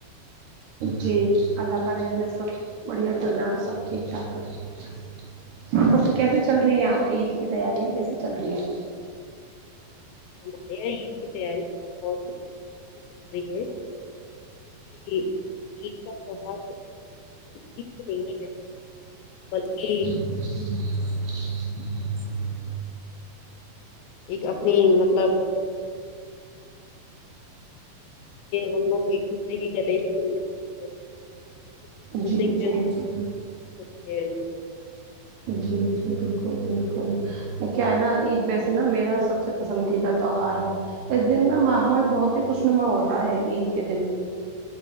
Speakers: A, on the right; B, on the left.
A: جی اللہ کا رحم ہے سب بڑھیا چل رہا ہے سب ٹھیک ٹھاک ہے بس کیسے چل رہی ہیں آپ کی عید کی تیاریاں کیسے چل رہی ہیں
B: ہمارے یہاں عید کی تیاری بہت ہی اچھی چل رہی ہے جی یہ تو بھوت <inaudible> نہیں ہے بلکہ
A: <inaudible>
B: ایک اپنی مطلب <inaudible> ہم لوگ ایک دوسرے کے گلے بھی مل لیتے <inaudible>
A: جی جی جی جی جی بالکل بالکل کیا ہے نا عید ویسے نا میرا سب سب سے پسندیدہ تہوار ہے اس دن نا ماحول بہت ہی خوش نما ہوتا ہے عید کے دن